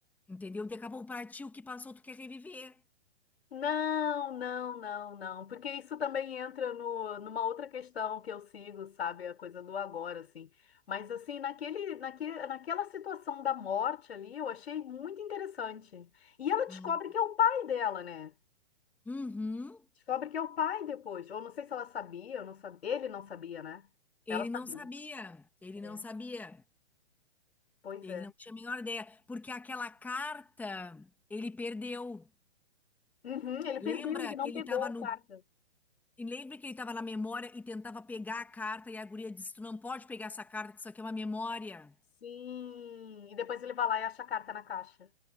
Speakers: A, in the centre; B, on the left.
A: Entendeu? Daqui a pouco pra ti o que passou, tu quer reviver.
B: Não, não, não, não, porque isso também entra no, numa outra questão que eu sigo, sabe, a coisa do agora, assim. Mas assim, naquele, naque, naquela situação da morte ali, eu achei muito interessante. E ela descobre
A: Hum.
B: que é o pai dela, né?
A: Uhum.
B: Descobre que é o pai depois. Ou não sei se ela sabia, ou não sabia. Ele não sabia, né?
A: Ele
B: Ela sabia.
A: não sabia. Ele
B: É,
A: não sabia.
B: pois
A: Ele
B: é.
A: não tinha a menor ideia, porque aquela carta ele perdeu.
B: Uhum, ele perdeu,
A: Lembra
B: ele não
A: que ele
B: pegou
A: estava
B: a
A: no.
B: carta.
A: e Lembra que ele estava na memória e tentava pegar a carta e a guria disse: Tu não pode pegar essa carta, que isso aqui é uma memória.
B: Sim. E depois ele vai lá e acha a carta na caixa.